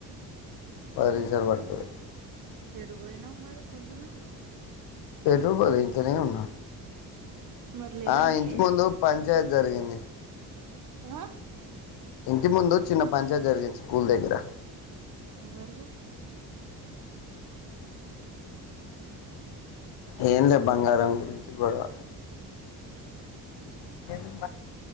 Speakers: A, on the left; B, on the right.
A: పది నిమిషాలు పడతది
B: ఏటికి పోయినావ్ మరి పొద్దున
A: ఎటూ బోదు ఇతనే ఉన్నా
B: మరి లెవెన్
A: అ
B: కి
A: ఇంటి ముందు పంచాయ్ తి జరిగింది
B: నా
A: ఇంటి ముందు చిన్న పంచర్ జరిగింది స్కూల్ దగ్గర.
B: ఎవరిది
A: ఏం లే బంగారం గురించి గొడవ. ఎమ్